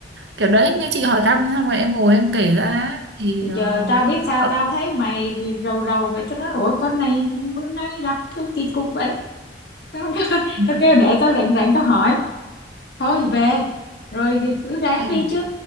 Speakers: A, on the right; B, on the left.
A: kiểu đấy như chị hỏi thăm xong rồi em ngồi em kể ra thì
B: thì
A: ờ,
B: giờ tao biết
A: nó
B: sao
A: đỡ.
B: tao thấy mày rầu rầu vậy tao nói ủa con này bữa nay gặp cái kỳ cục vậy <laughs>
A: ừ.
B: tao kêu để tao rảnh rảnh tao hỏi thôi về rồi thì cứ ráng
A: ok.
B: đi chứ